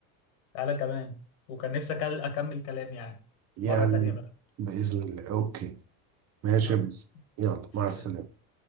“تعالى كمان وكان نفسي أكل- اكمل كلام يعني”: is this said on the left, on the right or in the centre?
Left